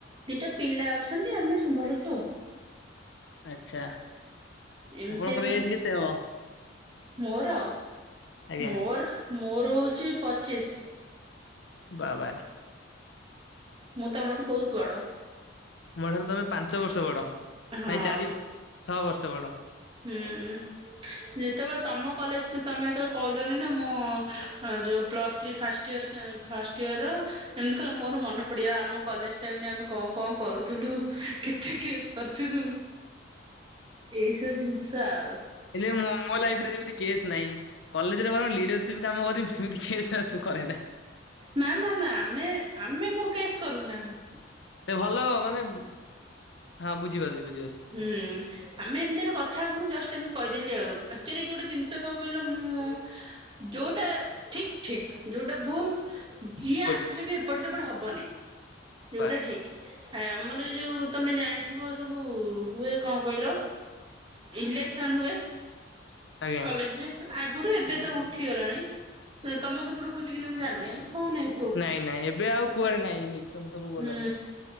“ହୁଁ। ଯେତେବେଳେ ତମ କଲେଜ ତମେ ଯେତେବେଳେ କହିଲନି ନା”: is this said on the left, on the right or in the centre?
Right